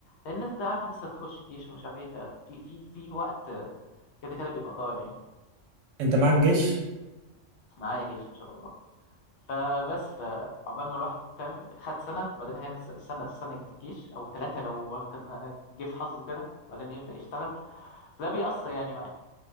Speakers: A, on the left (about 65°); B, on the right (about 75°).
A: لان انت عارف لسه هتخش جيش ومش عارف ايه ففي في في وقت كده كده بيبقى ضايع يعني
B: انت معاك جيش
A: معايا جيش ان شاء الله فبس فعقبال ما الواحد فاهم خد سنه وبعدين هياخد س- سنه سنه الجيش او ثلاثه لو كان جه في حظه كده وبعدين يبدا يشتغل فده بيأثر يعني معاك